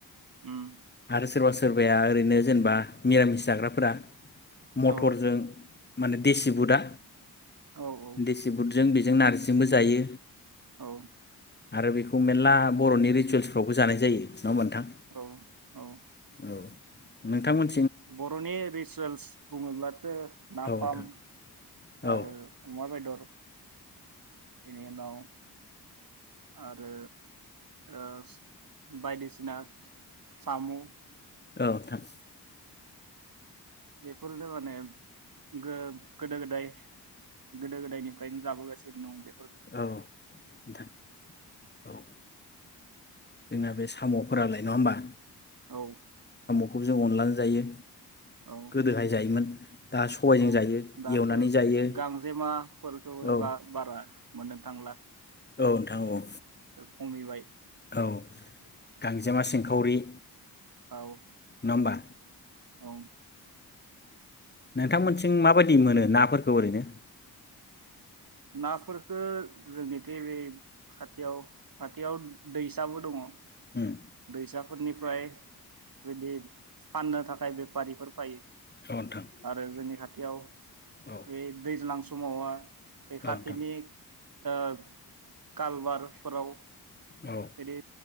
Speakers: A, on the right; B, on the left.
A: उम
B: आरो सोरबा सोरबाया ओरैनो जेनेबा मिरामिस जाग्राफोरा मटरजों
A: औ
B: माने देसि बुटा
A: औ औ
B: देसि बुट जों बेजों नारजिजोंबो जायो।
A: औ
B: आरो बेखौ मेरला बरनि रिसुवेल्सफ्रावबो जानाय जायो नङा होमबा नोंथां?
A: औ औ
B: औ नोंथांमोन
A: बर'नि रिसुवेल्स बुङोब्लाथ नाफाम
B: औ नोंथां
A: आरो
B: औ नोंथां औ
A: अमा बेदर बेनि उनाव आरो ओ बायदिसिना सामु
B: औ नोंथां
A: बेफोरनो नेम गो-गोदो-गोदाय गोदो-गोदायनिफ्रायनो जाबोगासिनो दं बे
B: औ नोंथां औ जोंना बे सामफोरालाय नङा होमबा?
A: औ
B: खौ जोङो अनलाजों जायो।
A: औ
B: गोदोहाय जायोमोन। दा सबायजों
A: औ
B: जायो
A: दाथ
B: एवनानै जायो
A: गांजेमाफोरखौबो
B: औ
A: बा-बारा मोननो थांला।
B: औ नोंथां औ।
A: खमिबाय।
B: औ गांजेमा, सिंखावरि।
A: औ।
B: नमबा।
A: औ।
B: नोंथांमोनथिं माबायदि मोनो नाफोरखौ ओरैनो
A: नाफोरखो जोंनिथि बे खाथियाव खाथियाव दैसाबो दङ।
B: उम
A: दैसा फोरनिफ्राय बिदि फाननो थाखाय बेफारिफोर फायो।
B: औ नोंथां
A: आरो जोंनि खा याव
B: औ
A: बे दैज्लां‌ स समावा बेखाथिनि
B: औ नोंथां
A: ओ कालबारफोराव
B: औ
A: बिदि